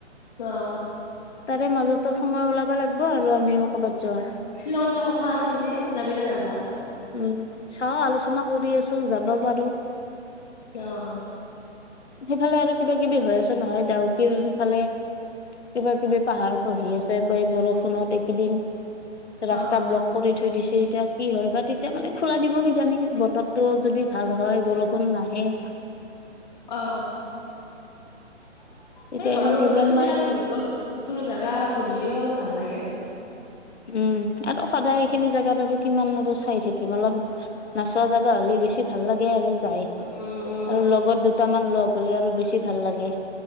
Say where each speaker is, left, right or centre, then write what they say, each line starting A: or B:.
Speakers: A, on the left (about 40°); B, on the left (about 65°).
A: অ',
B: তাৰে মাজতো সময় ওলাবা লাগিব আৰু আমিও কবাত- যোৱা
A: শ্বিলং যোৱা কথা আছিল যে যাবি নে নাযাও?
B: উম, চাও আলোচনা কৰি আছোঁ যাব পাৰোঁ।
A: অঁ
B: সেইফালে আৰু কিবা কিবি হৈ আছে নহয় ডাউকীৰ সেইফালে- কিবা কিবি পাহাৰ খহি আছে বা এই বৰষুণত এইকেইদিন- ৰাস্তা
A: অ',
B: ব্লক কৰি থৈ দিছে এতিয়া কি হয় বা তেতিয়া মানে- খোলা দিব কিজানি। বতৰটো যদি ভাল হয় বৰষুণ নাহে।
A: অঁ এ
B: তেতিয়া
A: গৰমৰ
B: ইমান প্ৰব্লেম
A: বন্ধত ইবিলাক-
B: নাই যাবলৈ
A: তোৰ জাগা ঘূৰিলিও অলপ ভাল লাগে।
B: উম আৰু সদায় এইখিনি জাগাত আৰু কিমান আৰু চাই থাকিম অলপ- নাচাৱা জাগা হ'লে বেছি ভাল লাগে আৰু। যাই।
A: উম, উম,
B: আৰু লগত দুটামান লগ হলে আৰু বেছি ভাল লাগে।